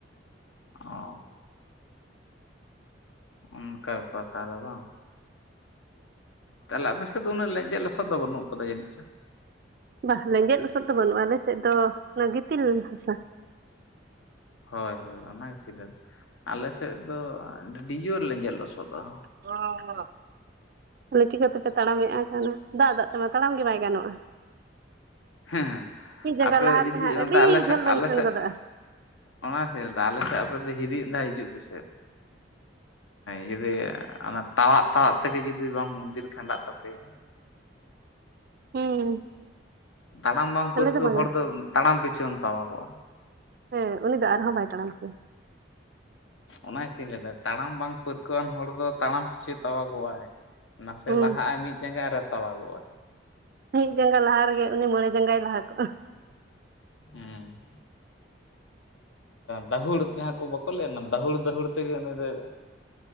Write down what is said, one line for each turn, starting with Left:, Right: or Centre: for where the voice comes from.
Left: ᱚ ᱚᱱᱠᱟ ᱵᱮᱯᱟᱨ ᱛᱟᱦᱞᱮ ᱫᱚ ᱵᱟᱝ ᱛᱟᱦᱚᱞᱮ ᱟᱯᱮᱥᱮᱫ ᱩᱱᱟᱹᱜ ᱞᱮᱡᱮᱫ ᱞᱚᱥᱚᱫ ᱫᱚ ᱵᱟᱹᱱᱩᱜ ᱟᱠᱟᱫᱟ ᱡᱟᱹᱱᱤᱡ ᱪᱚ
Right: ᱵᱷᱟᱟᱜ ᱞᱮᱸᱡᱮᱫ ᱞᱚᱥᱚᱫ ᱫᱚ ᱵᱟᱹᱱᱩᱜᱼᱟ ᱟᱞᱮᱥᱮᱫ ᱫᱚ ᱚᱱᱟ ᱜᱤᱛᱤᱞ ᱦᱟᱥᱟ
Left: ᱦᱳᱭ ᱦᱳᱭ ᱚᱱᱟᱜᱮ ᱥᱮᱧ ᱞᱟᱹᱭ ᱫᱟ ᱟᱞᱮ ᱥᱮᱫ ᱫᱚ ᱟᱹᱰᱤ ᱡᱳᱨ ᱞᱮᱡᱮᱨ ᱞᱚᱥᱚᱫᱟ
Right: <inaudible> ᱛᱟᱦᱚᱞᱮ ᱪᱤᱠᱟᱹᱛᱮᱯᱮ ᱛᱟᱲᱟᱢᱮᱫ ᱠᱟᱱᱟ ᱫᱟᱜ ᱫᱟᱜ ᱛᱮᱢᱟ ᱛᱟᱲᱟᱢ ᱜᱮ ᱵᱟᱭ ᱜᱟᱱᱚᱜᱼᱟ
Left: ᱦᱮᱸ
Right: ᱢᱤᱫ ᱡᱟᱸᱜᱟ
Left: ᱟᱯᱮ
Right: ᱞᱟᱦᱟᱛᱮ
Left: ᱡᱩᱫᱤ
Right: ᱦᱟᱸᱜ ᱟᱹᱰᱤ
Left: ᱚᱱᱛᱮ ᱟᱞᱮ ᱥᱮᱫ
Right: ᱡᱷᱟᱹᱞ ᱵᱮᱱ
Left: ᱟᱞᱮ
Right: ᱥᱮᱱ
Left: ᱥᱮᱫ
Right: ᱜᱚᱫᱚᱜᱼᱟ
Left: ᱚᱱᱟ ᱥᱮ ᱟᱞᱮ ᱥᱮᱫ ᱟᱯᱮ ᱫᱚ ᱦᱤᱨᱤ ᱢᱤᱫ ᱫᱷᱟᱣ ᱦᱤᱡᱩᱜ ᱯᱮᱥᱮ ᱡᱩᱫᱤ ᱚᱱᱟ ᱛᱟᱣᱟᱜ ᱛᱟᱣᱟᱜ ᱛᱮᱜᱮ ᱡᱩᱫᱤ ᱵᱟᱝ ᱫᱤᱱ ᱠᱷᱟᱸᱰᱟᱜ ᱛᱟᱯᱮᱭᱟ
Right: ᱦᱩᱸ
Left: ᱛᱟᱲᱟᱢ ᱵᱟᱝ ᱯᱟᱹᱨᱠᱟᱹᱣ
Right: ᱟᱞᱮ ᱵᱟᱝᱟ
Left: ᱦᱚᱲ ᱫᱚ ᱛᱟᱲᱟᱢ ᱯᱤᱪᱷᱩᱢ ᱛᱟᱣᱟ ᱜᱚᱜᱼᱟ
Right: ᱦᱮᱸ ᱩᱱᱤ ᱫᱚ ᱟᱨᱦᱚᱸ ᱵᱟᱭ ᱛᱟᱲᱟᱢ ᱠᱮᱭᱟ
Left: ᱚᱱᱟ ᱜᱤᱥᱤᱧ ᱞᱟᱭᱮᱫᱟ ᱛᱟᱲᱟᱢ ᱵᱟᱝ ᱯᱟᱹᱨᱠᱟᱹᱣᱟᱱ ᱦᱚᱲ ᱫᱚ ᱛᱟᱲᱟᱢ ᱯᱤᱪᱷᱩ ᱛᱟᱣᱟ ᱜᱚᱜᱼᱟᱭ ᱱᱟᱥᱮ
Right: ᱦᱩᱸ
Left: ᱞᱟᱦᱟᱜᱼᱟ ᱢᱤᱫ ᱡᱟᱸᱜᱟ ᱟᱨ ᱛᱟᱣᱟᱜᱚᱜᱼᱟ
Right: ᱢᱤᱫ ᱡᱟᱸᱜᱟ ᱞᱟᱦᱟ ᱨᱮᱜᱮ ᱩᱱᱤ ᱢᱚᱬᱮ ᱡᱟᱸᱜᱟᱭ ᱞᱟᱦᱟ ᱠᱚᱜᱼᱟ
Left: ᱦᱩᱸ ᱫᱟᱦᱩᱲ ᱡᱟᱦᱟ ᱵᱟᱝ ᱠᱚ ᱞᱟᱹᱭ-ᱟ ᱫᱟᱦᱩᱲ ᱫᱟᱦᱩᱲ ᱛᱮᱜᱮ ᱩᱱᱤ ᱫᱚᱭ